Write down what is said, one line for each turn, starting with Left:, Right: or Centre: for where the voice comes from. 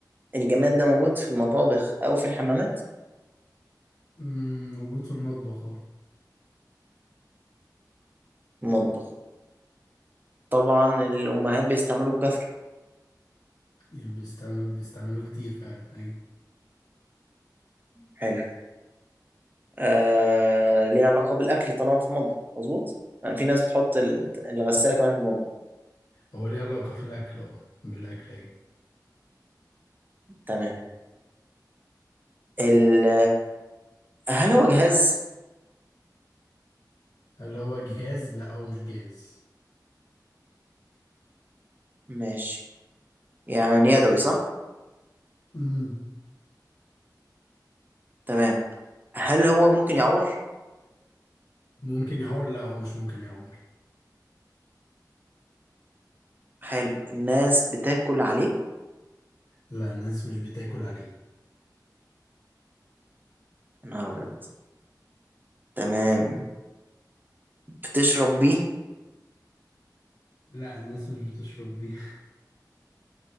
Right: الجماد ده موجود في المطابخ او في الحمامات
Left: مم، موجود في المطبخ أه
Right: المطبخ طبعا الامهات بيستعملوه بكثرة
Left: بيستعمل- بيستعملوه كتير فعلا أيوه
Right: حلو آه ليها علاقة بالأكل طالما في المطبخ مظبوط يعني في ناس بتحط ال- الغسالة كمان في المطبخ
Left: هو ليه علاقة في الأكل أه بالأكل أيوه
Right: تمام ال... هل هو جهاز
Left: هل هو جهاز؟ لأ هو مش جهاز
Right: ماشي يعني يدوي صح
Left: مم،
Right: تمام هل هو ممكن يعور
Left: ممكن يعور؟ لأ هو مش ممكن يعور
Right: حلو الناس بتاكل عليه
Left: لا الناس مش بتاكل عليه
Right: يا نهار أبيض تمام بتشرب بيه
Left: لا الناس مش بتشرب بيه <laughs>